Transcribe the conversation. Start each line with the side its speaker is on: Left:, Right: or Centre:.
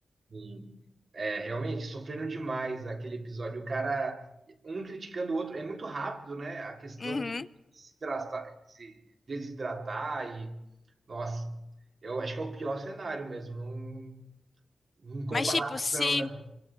Right: Sim. É, realmente, sofreram demais aquele episódio. O cara, um criticando o outro, é muito rápido, né? A questão
Left: Uhum.
Right: de se hidratar- se desidratar e, nossa, eu acho que é o pior cenário mesmo, não, em comparação,
Left: Mas tipo, se
Right: né?